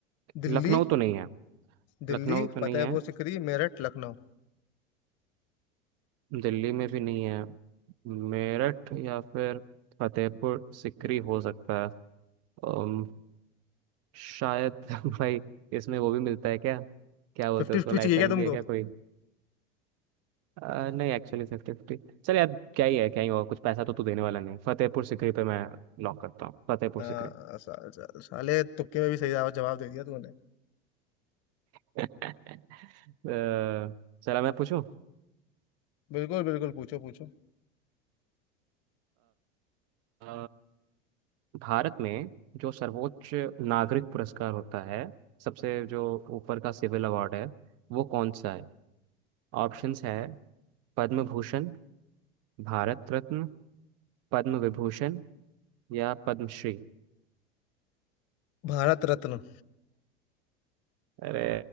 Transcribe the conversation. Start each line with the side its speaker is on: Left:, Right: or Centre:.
Left: दिल्ली
Right: लखनऊ तो नहीं है
Left: दिल्ली
Right: लखनऊ तो
Left: फतेहपुर
Right: नहीं है
Left: सिकरी मेरठ लखनऊ
Right: दिल्ली में भी नहीं है मेरठ या फिर फतेहपुर सिकरी हो सकता है अम, शायद <laughs> भाई इसमें वो भी मिलता है क्या क्या बोलते
Left: फिफ्टी
Right: हैं उसको
Left: फिफ्टी
Right: लाइफलाइन
Left: चाहिए क्या तुमको
Right: भी है क्या कोई अ, नहीं एक्चुअली फिफ्टी फिफ्टी चल यार क्या ही है क्या ही होगा कुछ पैसा तो तू देने वाला नहीं है। फतेहपुर सिकरी पे मैं लॉक करता हूँ फतेहपुर
Left: हाँ,
Right: सिकरी
Left: सा, सा, साले तुक्के में भी सही जवाब जवाब दे दिया तूने
Right: <laughs> अ, चला मैं पूछूं
Left: बिल्कुल बिल्कुल पूछो पूछो
Right: अ, भारत में जो सर्वोच्च नागरिक पुरस्कार होता है सबसे जो ऊपर का सिविल अवार्ड है वो कौन सा है ऑप्शंस है पद्म भूषण भारत रत्न पद्म विभूषण या पद्मश्री
Left: भारत रत्न
Right: अरे